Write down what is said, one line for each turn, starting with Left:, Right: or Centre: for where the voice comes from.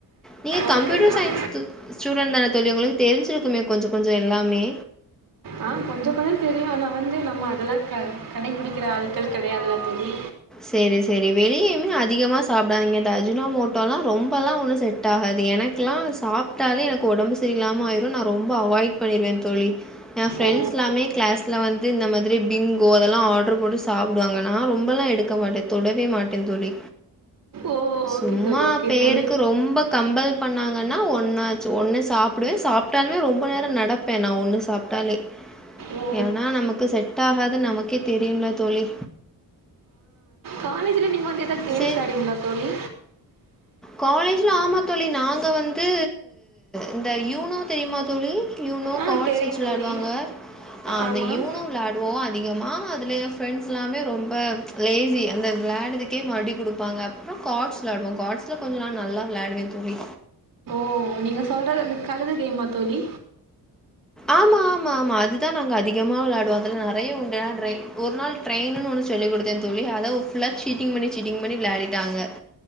Centre: நீங்
Right: ஓகே
Centre: கம்ப்யூட்டர்
Right: தோழி
Centre: சயின்ஸ் தூ ஸ்டூடெண்ட் தான தோழி உங்களுக்கு தெரிஞ்சுருக்குமே கொஞ்சொ கொஞ்சொ எல்லாமே
Right: ஆ கொஞ்சொ கொஞ்சொ தெரியயூ ஆனா வந்து நம்ம அதெல்லா க கடைப்பிடிக்கிற ஆள் கிடையாதுல்லா தேழி
Centre: செரி செரி வெளியுமே அதிகமா சாப்பிடாதீங்க இந்த அஜினோ மோட்டோல்லா ரொம்பல்லா உள்ள சேத் செட் ஆகாது எனக்குல்லா சாப்பிட்டாலே எனக்கு உடம்பு சரியில்லாம ஆயிரூம் நா ரொம்ப அவாய்ட் பண்ணிருவே தோழி என் பிரண்ட்ஸ்ல்லாமே
Right: ஓ
Centre: கிளாஸ்ல வந்து இந்த மாதிரி பிங்கோ அதெல்லா ஆர்டர் போட்டு சாப்பிடுவாங்கா நா ரொம்பல்லா எடுக் க மாட்டே தோழி தொடவே மாட்டே தோழி
Right: ஓ
Centre: சும்மா
Right: ஓகே தோழி ஓகே
Centre: பேருக்கு
Right: தோழி
Centre: ரொம்பக் கம்பல் பண்ணாங்கன்னா ஒன்னாச்சு ஒன்னு சாப்படுவே சாப்பிட்டாலுமே ரொம்ப நேரொ நடப்பே நா ஒன்னு சாப் லி
Right: ஓ
Centre: ஏன்னா நமக்கு செட் ஆகாது நமக்கே தெரியும்ல்ல தோலி
Right: காலேஜ்ல நீங்க வந்து எதாச் கேம்ஸ்
Centre: சரி
Right: ஆடூவீங்களா தோழி
Centre: காலேஜில்ல ஆமா தோழி நாங்க வந்து இந்த யூனோ தெரியுமா தேழி யூனோ
Right: ஆ
Centre: கார்ட்ஸ்
Right: தெரியும்
Centre: வெச்சி விளையாடுவாங்க
Right: தோழி
Centre: அந்த
Right: ஆமாம்
Centre: யூனோ விளையாட் போவோ அதிகமாக அதல ஏ ஃப்ரெண்ட்ஸ் எல்லாமே ரொம்ப லேஸி அந்த விளாட்றத்துக்கே மறுபடியூ குடுப்பாங்க அப்றோ காட்ஸ் விளாடுவோ கார்ட்ஸ்ல கொஞ்சொ நல்லா விளாடுவே தோலி
Right: ஓ நீங்க சொல்றது அந்த கழுத கேம்மா தோழி
Centre: ஆமாம் ஆமா ஆமா அதுதா நாங்க அதிகமா விளையாடுவோ அதல நறய உண்டு ஹான்ரை ஒரு நாள் ட்ரெயின்னூ ஒன்னு சொல்லிக் குடுத்தே தோழி அத ஃபுல்லா சீட்டிங் பண்ணி சீட்டிங் பண்ணி விளாடிட்டாங்க